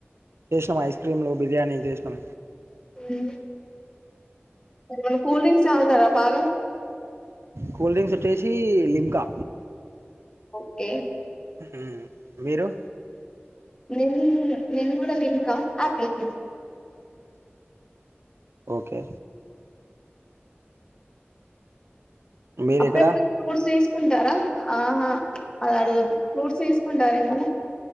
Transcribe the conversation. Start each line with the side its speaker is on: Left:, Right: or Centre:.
Right: చేసినాం ఐస్ క్రీమ్లు బిర్యానీ చేసినాం
Left: హ్మ్ మరి కూల్ డ్రింక్స్ తాగుతారా బాగా
Right: కూల్ డ్రింక్స్ వచ్చేసి లింకా
Left: ఓకే
Right: హ్మ్ మీరు
Left: నేన్ నేను కూడా లింకా ఆపిల్ ఫీజ్
Right: ఓకే మీరు
Left: అప్పుడప్పుడ
Right: ఇక్కడ
Left: ఫ్రూట్స్ తీసుకుంటారా ఆహా అది అడుగద్దు ఫ్రూట్స్ తీసుకుంటారా ఏమనా